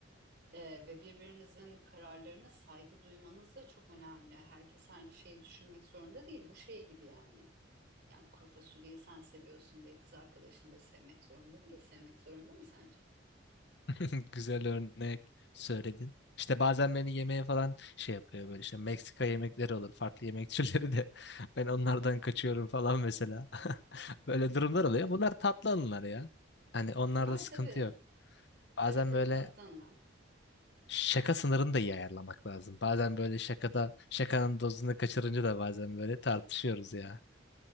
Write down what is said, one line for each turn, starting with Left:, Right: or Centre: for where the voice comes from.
Right: Ee, ve birbirinizin kararlarına saygı duymanız da çok önemli. Herkes aynı şeyi düşünmek zorunda değil. Bu şey gibi yani. Yani kuru fasulyeyi sen seviyorsun diye kız arkadaşın da sevmek zorunda değil. Sevmek zorunda mı sence?
Left: <laughs> Güzel örnek söyledin. İşte bazen beni yemeğe falan şey yapıyor böyle işte Meksika yemekleri olur farklı yemek türleri de <laughs> ben onlardan kaçıyorum falan mesela. <laughs> Böyle
Right: <laughs>
Left: durumlar oluyor. Bunlar tatlı anılar ya. Hani onlarda
Right: Bunlar
Left: sıkıntı
Right: tabii,
Left: yok. Bazen
Right: tabii tabii
Left: böyle
Right: tattanlar.
Left: şaka sınırını da iyi ayarlamak lazım. Bazen böyle şakada şakanın dozunu kaçırınca da bazen böyle tartışıyoruz ya.